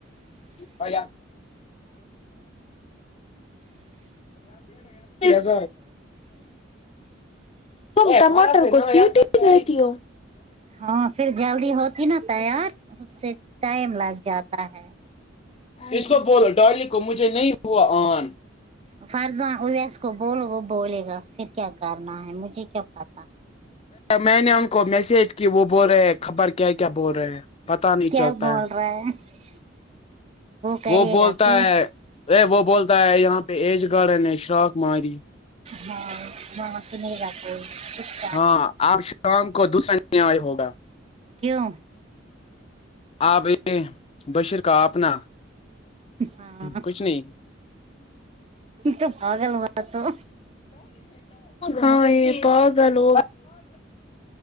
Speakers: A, on the left; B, on the right.
A: <inaudible> ز وہ ٹماٹر کو سیٹی نہیںتی ہو
B: ہاں پھر جلدی ہوتی نا تیار اس سے ٹائم لگ جاتا ہے
A: اس کو بولو ڈارلی کو مجھے نہیں ہوا آن
B: فرضاں ہویا اس کو بولو وہ بولے گا پھر کیا کرنا ہے مجھے کیا پتا
A: میں نے ان کو میسج کی وہ بول رہے ہیں خبر کیا کیا بول رہے ہیں پتا نہیں
B: کیا
A: چلتا ہے
B: <unintelligible> کرے
A: وہ بولتا
B: گا تو
A: ہے اے وہ بولتا ہے یہاں پہ ایج گارڈن نے شراخ ماری
B: ہاں ہاں س نہیں رات <inaudible>
A: ہاں آپ شام کو دوسر ن آئے ہوگا
B: کیوں
A: آپ ا بشیر کا اپنا
B: ہاں
A: کچھ نہیں
B: تو پاگل ہوا تو
A: ہاں یہ پؤ گ لو